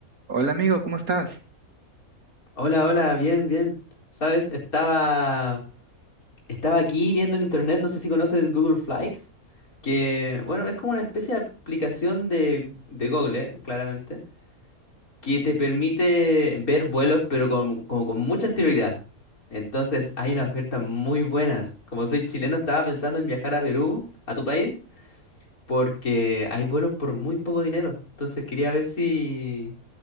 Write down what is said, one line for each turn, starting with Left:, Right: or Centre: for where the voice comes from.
Right: Hola amigo, ¿cómo estás?
Left: Hola, hola, bien, bien. ¿Sabes? Estaba, estaba aquí viendo en internet, no sé si conoces Google Flights, que, bueno, es como una especie de aplicación de, de Google, eh, claramente, que te permite ver vuelos, pero con, como con mucha anterioridad. Entonces, hay unas ofertas muy buenas. Como soy chileno, estaba pensando en viajar a Perú, a tu país, porque hay vuelos por muy poco dinero. Entonces, quería ver si